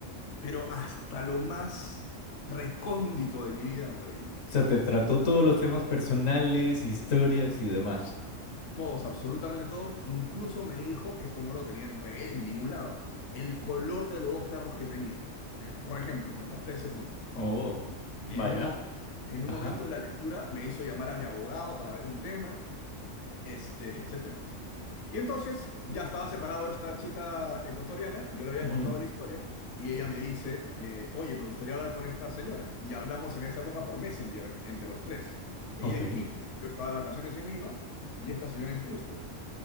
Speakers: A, on the left (about 70°); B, on the left (about 85°).
A: pero hasta lo más recóndito de mi vida me lo adivinó.
B: sea, te trató todos los temas personales, historias y demás.
A: Todos, absolutamente todos. Incluso me dijo, esto no lo tenía en redes ni en ningún lado, el color de los dos perros que tenía. Eh, Por ejemplo, ¿no? Hasta ese punto.
B: Oh, vaya.
A: En un momen- en un
B: Ajá.
A: momento de la lectura me hizo llamar a mi abogado para ver un tema, este, etcétera Y entonces ya estaba separado esta chica ecuatoriana y yo le había
B: Ujú.
A: contado la historia y ella me dice, eh, oye, me gustaría hablar con esta señora. Y hablamos en esa época por Messenger entre los tres. Ella
B: Ok.
A: en Quito, yo estaba de vacaciones en Lima y esta señora en Cusco.